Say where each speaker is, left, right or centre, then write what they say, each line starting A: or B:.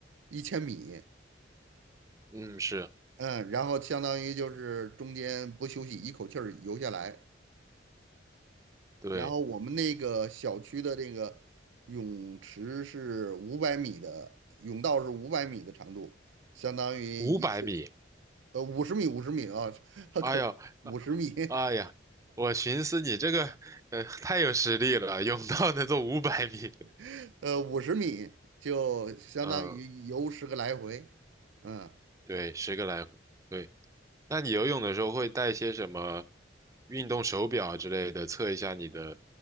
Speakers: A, on the right (about 85°); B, on the right (about 15°).
A: 一千米，
B: 嗯，是，
A: 嗯，然后相当于就是中间不休息，一口气儿游下来。
B: 对，
A: 然后我们那个小区的这个泳池是五百米的，泳道是五百米的长度，相当于一次
B: 五百米。
A: 呃五十米五十米啊，<laughs>
B: 哎呦，
A: 口五十米，
B: 哎呀，我寻思你这个呃太有实力了，<laughs> 泳道能做五百米。
A: <laughs> 呃五十米就相当于游十个来回，
B: 嗯，
A: 嗯，
B: 对，十个来回。对。那你游泳的时候会带些什么运动手表啊之类的，测一下你的